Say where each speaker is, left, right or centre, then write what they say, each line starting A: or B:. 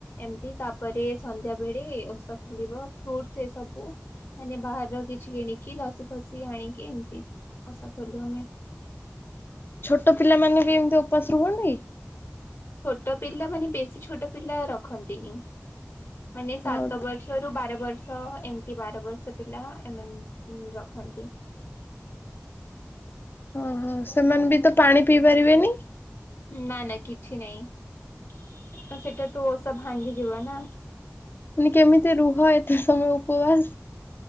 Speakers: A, on the left (about 65°); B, on the left (about 45°).
A: ଏମତି ତାପରେ ସନ୍ଧ୍ୟା ବେଳେ ଓଷା ଖଲିବ ଫ୍ରୁଟ୍ସ ଏ ସବୁ ମାନେ ବାହାରର କିଛି କିଣିକି ଲସି ଫସି ଆଣିକି ଏମତି ଓଷା ଖୋଲୁ ଆମେ।
B: ଛୋଟ ପିଲାମାନେ ବି ଏମତି ଉପାସ ରୁହନ୍ତି?
A: ଛୋଟ ପିଲା ମାନେ ବେଶୀ ଛୋଟ ପିଲା ରଖନ୍ତିନି। ମାନେ ସାତ
B: ହଁ
A: ବର୍ଷରୁ ବାର ବର୍ ବର୍ଷ ଏମତି ବାର ବର୍ଷ ପିଲା ଏମାନ୍ ଅ ରଖନ୍ତି। <inaudible>
B: ଓହୋ ସେମାନେ ବି ତ ପାଣି ପିଇ ପାରିବେନି?
A: ନା ନା କିଛି ନାଇଁ ସେଟା ତୁ ଓଷା ଭାଙ୍ଗି ଯିବ ନା।
B: ନେ କେମିତି ରୁହ ଏତେ ସମୟ ଉପବାସ୍।